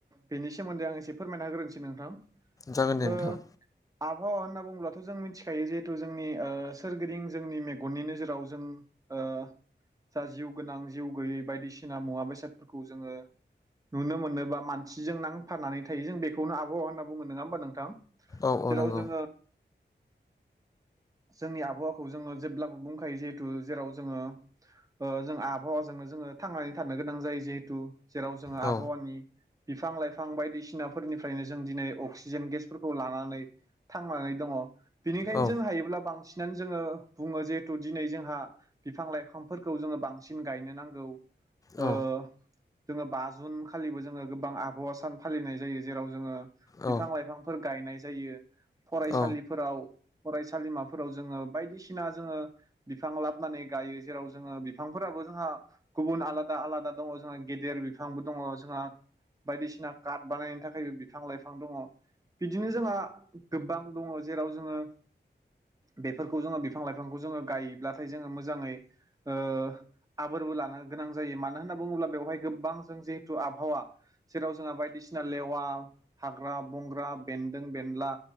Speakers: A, on the right; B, on the left.
A: बेनि सोमोन्दै आं एसे फोरमायना होग्रोनिसै नोंथां।
B: जागोन दे
A: ओ
B: नोंथां।
A: आबहावा होनना बुङोब्लाथ' जों मिथिखायो जिहेथु जोंनि ओ सोरगिदिं जोंनि मेगननि नोजोराव जों ओ जा जिउ गोनां जिउ गैयै बायदिसिना मुवा बेसादफोरखौ जोङो नुनो मोनोबा मानसिजों नांथानानै थायो जों बेखौनो आबहावा होनना बुङो नङा होमबा नोंथां?
B: औ औ
A: जेराव
B: नंगौ।
A: जोङो जोंनि आबहावाखौ जोङो जेब्लाबो बुंखायो जिहेथु जेराव जोङो ओ जों आबहावाजोंनो जोङो थांनानै थानो गोनां जायो जिहेथु जेराव जोङो
B: औ
A: आबहावानि बिफां-लाइफां बायदिसिनाफोरनिफ्रायनो जों दिनै अक्सिजेन गेसफोरखौ लानानै थांनानै दङ बेनिखायनो
B: औ
A: जों हायोब्ला बांसिनानो जोङो बुङो जिहेथु दिनै जोंहा बिफां-लाइफांफोरखौ जोङो बांसिन गायनो नांगौ ओ
B: औ
A: जोङो बा जुन खालिबो जोङो गोबां आबहावा सान फालिनाय जायो जेराव जोङो
B: औ
A: बिफां-लाइफांफोर गायनाय जायो फरायसालिफोराव
B: औ
A: सालिमाफोराव जोङो बायदिसिना जोङो बिफां लाबनानै गायो जेराव जोङो बिफांफोराबो जोंहा गुबुन आलादा आलादा दङ जोंहा गेदेर बिफांबो दङ जोंहा बायदिसिना कार्ट बानायनो थाखायबो बिफां-लाइफां दङ। बिदिनो जोंहा गोबां दङ जेराव जोङो बेफोरखौ जोङो बिफां-लाइफांखौ जोङो गायोब्लाथाय जोङो मोजाङै ओ आबोरबो लानो गोनां जायो मानो होनना बुङोब्ला बेवहाय गोबां जों जिहेथु आबहावा जेराव जोंहा बायदिसिना लेवा, हाग्रा-बंग्रा, बेन्दों-बेनला